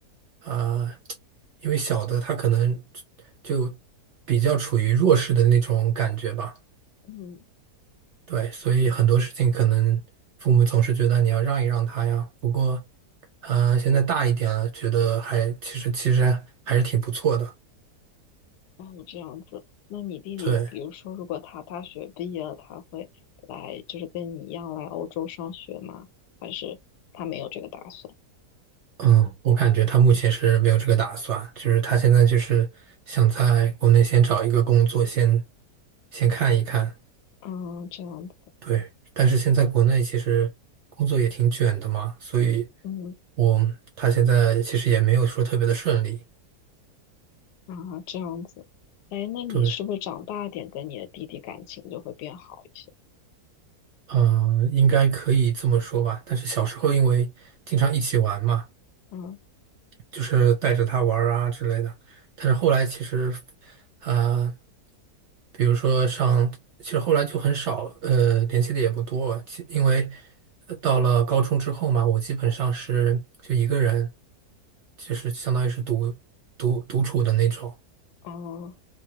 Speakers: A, on the right; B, on the left.
A: 啊、因为小的他可能就比较处于弱势的那种感觉吧，
B: 嗯，
A: 对，所以很多事情可能父母总是觉得你要让一让他呀。不过，呃，现在大一点了，觉得还其实其实还是挺不错的。
B: 哦，这样子。那你弟弟，
A: 对，
B: 比如说，如果他大学毕业了，他会来，就是跟你一样来欧洲上学吗？还是他没有这个打算？
A: 嗯，我感觉他目前是没有这个打算，就是他现在就是想在国内先找一个工作，先先看一看。
B: 嗯，这样子。
A: 对，但是现在国内其实工作也挺卷的嘛，所以
B: 嗯。
A: 我他现在其实也没有说特别的顺利。
B: 啊，这样子，哎，那你是不是长大点跟你的弟弟感情就会变好一些？
A: 对，嗯、应该可以这么说吧。但是小时候因为经常一起玩嘛，
B: 嗯，
A: 就是带着他玩儿啊之类的。但是后来其实，呃，比如说上，其实后来就很少，呃，联系的也不多啊，其因为呃到了高中之后嘛，我基本上是就一个人，就是相当于是独独独处的那种，
B: 哦，